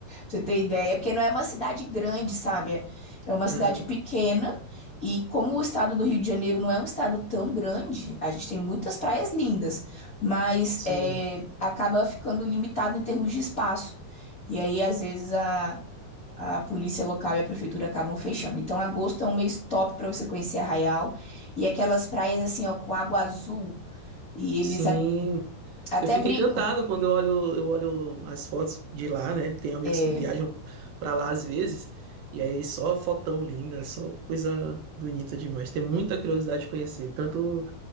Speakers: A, on the left (about 80°); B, on the right (about 75°).
A: você ter ideia, porque não é uma cidade grande, sabe? É uma
B: Aham.
A: cidade pequena. E como o estado do Rio de Janeiro não é um estado tão grande, a gente tem muitas praias lindas, mas
B: sim.
A: é, acaba ficando limitado em termos de espaço. E aí, às vezes, a, a polícia local e a prefeitura acabam fechando. Então, agosto é um mês top para você conhecer Arraial. E aquelas praias, assim, ó, com água azul. E eles
B: Sim,
A: a- até
B: eu fico
A: brincam.
B: encantado quando eu olho, eu olho as fotos de lá, né? Tem amigos
A: é,
B: que viajam pra lá às vezes, e aí só fotão linda, só coisa bonita demais. Tem muita curiosidade de conhecer, tanto